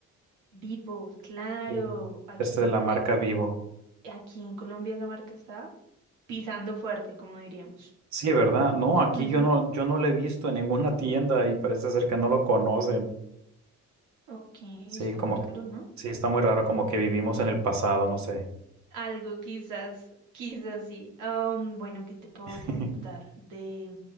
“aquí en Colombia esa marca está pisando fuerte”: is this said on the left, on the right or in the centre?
Right